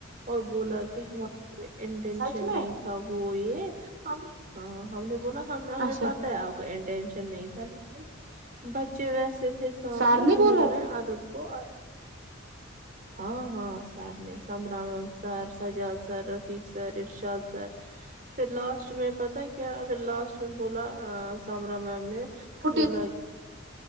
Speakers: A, on the right; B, on the right.
A: اور بولا کہ ہمار کو انٹینشن
B: سچ میں
A: نہیں تھا وہ یہ ہم ہاں ہم نے بولا ہم ہمیں
B: اچھا
A: پتہ ہے آپ کا انٹینش نہیں تھا لیکن بچے ویسے تھے سامنے
B: سار
A: جنہوں
B: بولا
A: نے ادب کو ہاں ہاں سر نے سمبرامیم سر سجاد سر رفیق سر ارشاد سر پھر لاسٹ میں پتا کیا پھر لاسٹ میں بولا سمبرامم ان
B: فٹی
A: <unintelligible> بولا